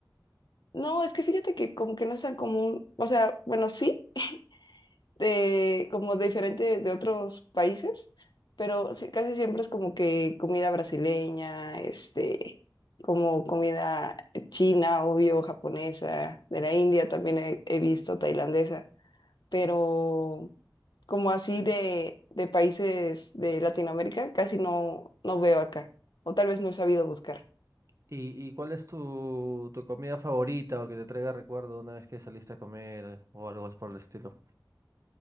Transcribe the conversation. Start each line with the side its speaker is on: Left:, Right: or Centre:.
Left: No, es que fíjate que como que no es tan común. O sea, bueno, sí, <laughs> de, como diferente de otros países, pero sí, casi siempre es como que comida brasileña, este, como comida china, obvio, japonesa, de la India también he, he visto tailandesa, pero como así de, de países de Latinoamérica, casi no, no veo acá, o tal vez no he sabido buscar.
Right: ¿Y, y cuál es tu, tu comida favorita o que te traiga recuerdo una vez que saliste a comer eh, o algo por el estilo?